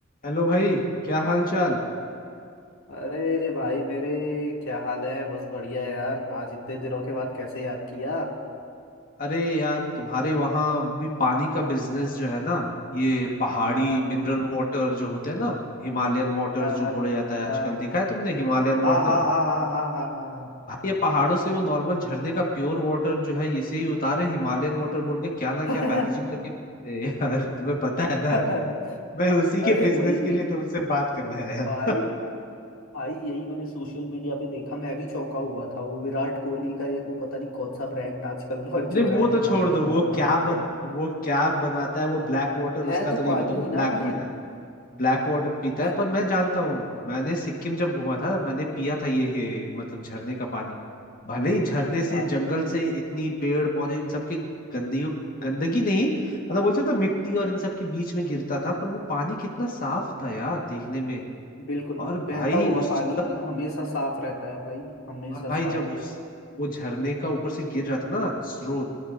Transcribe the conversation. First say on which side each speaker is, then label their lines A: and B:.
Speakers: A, on the left; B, on the left.
A: Hello भाई क्या हाल चाल
B: अरे भाई मेरे क्या हाल है बस बढ़िया यार आज इतने दिनों के बाद कैसे याद किया
A: अरे यार तुम्हारे वहां भी पानी का बिजनेस जो है ना ये पहाड़ी
B: हाँ
A: मिनरल वाटर जो होते हैं ना हिमालयन वाटर
B: हाँ हाँ
A: जो बोला जाता है आजकल
B: हाँ
A: देखा है तुमने हिमालयन
B: हाँ
A: वाटर
B: हाँ हाँ हाँ हाँ
A: भाई ये पहाड़ों से वो नॉर्मल झरने का प्योर वाटर जो है इसे ही उतारे हिमालयन वाटर बोल के क्या ना क्या
B: हाँ
A: पैकेजिंग करके ए यार तुम्हें पता है ना
B: हाँ। <laughs>
A: मैं उसी के
B: अरे
A: बिजनेस
B: वही
A: के लिए तुमसे बात करने आया
B: भाई
A: <laughs>
B: भाई यही मैंने सोशल मीडिया पे देखा मैं भी चौंका हुआ था वो विराट कोहली का एक वो पता नहीं कौन सा ब्रांड आजकल लॉन्च
A: अरे
B: हो रहा
A: वो
B: है
A: तो
B: हिमालयन
A: छोड़ दो वो
B: वाटर
A: क्या
B: बोल
A: बन
B: के
A: वो क्या बनाता है वो ब्लैक वाटर उसका
B: है तो
A: तो नहीं
B: पानी
A: पता वो
B: ही ना
A: ब्लैक
B: भाई
A: वाटर ब्लैक वाटर पीता
B: है
A: है पर मैं जानता हूँ मैंने सिक्किम जब घूमा था मैंने पिया था ये है मतलब झरने का पानी भले ही झरने से
B: हाँ
A: जंगल से इतनी पेड़ पौधे इन सब के गंदगी गंदगी नहीं मतलब बोल सकता हूं, मिट्टी और इन सब के बीच में गिरता था पर वो पानी कितना साफ था यार देखने में
B: बिल्कुल
A: और भाई
B: बहता हुआ
A: उसका
B: पानी हमेशा साफ रहता है भाई हमेशा
A: और भाई
B: साफ
A: जब उस वो झरने का ऊपर से गिर रहा था ना स्रोत